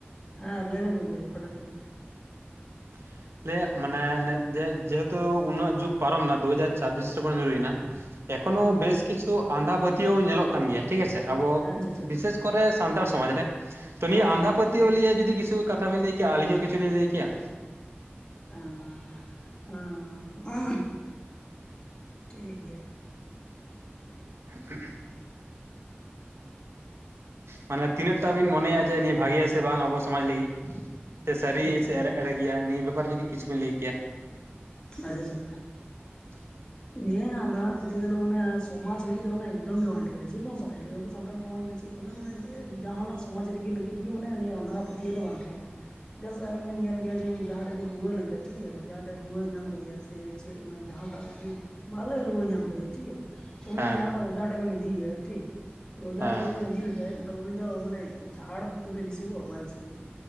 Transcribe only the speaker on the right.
<inaudible> ᱞᱟᱹᱭᱟᱜ ᱢᱟᱱᱮ ᱱᱮ ᱡᱮ ᱡᱮᱦᱮᱛᱩ ᱩᱱᱟᱹᱜ ᱡᱩᱜᱽ ᱯᱟᱨᱚᱢᱮᱱᱟ ᱫᱩ ᱦᱟᱡᱟᱨ ᱪᱷᱟᱵᱤᱥ ᱨᱮᱵᱚᱱ ᱧᱩᱨᱩᱭᱮᱱᱟ᱾ ᱮᱠᱷᱚᱱᱳ
ᱵᱮᱥ ᱠᱤᱪᱷᱩ ᱟᱸᱫᱷᱟ ᱯᱟᱹᱛᱭᱟᱹᱣ ᱧᱮᱞᱚᱜ ᱠᱟᱱ ᱜᱮᱭᱟ ᱴᱷᱤᱠ ᱟᱪᱷᱮ, ᱟᱵᱚ
ᱵᱤᱥᱮᱥ ᱠᱚᱨᱮ ᱥᱟᱱᱛᱟᱲ ᱥᱚᱢᱟᱡᱽ ᱨᱮ ᱛᱚ ᱱᱤᱭᱟᱹ
ᱟᱸᱫᱷᱟ ᱯᱟᱹᱛ <unintelligible> ᱡᱩᱫᱤ ᱠᱤᱪᱷᱩ ᱠᱟᱛᱷᱟ ᱵᱤᱱ ᱞᱟᱹᱭ ᱠᱮᱭᱟ, ᱟᱞᱤᱧ ᱦᱚᱸ ᱠᱤᱪᱷᱩ ᱞᱤᱧ ᱞᱟᱹᱭ ᱠᱮᱭᱟ᱾
<unintelligible> ᱢᱟᱱᱮ ᱛᱤᱱᱟᱹᱜ ᱴᱟ ᱵᱤᱱ ᱢᱚᱱᱮᱭᱟ ᱡᱮ ᱱᱤᱭᱟᱹ ᱵᱷᱟᱜᱮᱭᱟ ᱥᱮ ᱵᱟᱝ ᱟᱵᱚ ᱥᱚᱢᱟᱡᱽ ᱞᱟᱹᱜᱤᱫ? ᱥᱮ ᱥᱟᱹᱨᱤ
ᱥᱮ
ᱮᱲᱮ ᱮᱲᱮ ᱜᱮᱭᱟ ᱱᱤᱭᱟᱹ ᱵᱮᱯᱟᱨ ᱡᱩᱫᱤ ᱠᱤᱪᱷᱩ ᱵᱤᱱ ᱞᱟᱹᱭ ᱠᱮᱭᱟ᱾
<inaudible>
ᱦᱮᱸ
ᱦᱮᱸ